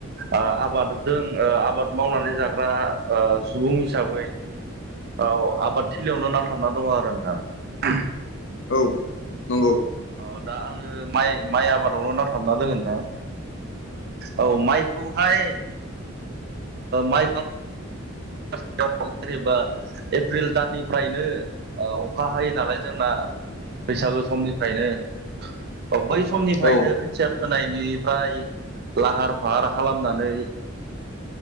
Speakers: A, on the right; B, on the left.
A: आबादजों आबाद मावनानै जाग्रा सुबुं हिसाबै औ आबाद थिलियावनो नांथाबना दङ आरो नोंथां
B: औ नंगौ
A: अ दा आङो माइ माइ आबादावल' नांथाबना दोगोनोंथां औ माइखौहाय माइखौ जेनेबा एप्रिल दाननिफ्रायनो अखा हायो नालाय जोंना बैसागु समनिफ्रायनो औ बै समनिफ्रायनो
B: औ
A: खोथिया फोनाय बिनिफ्राय लाहार फाहार खालामनानै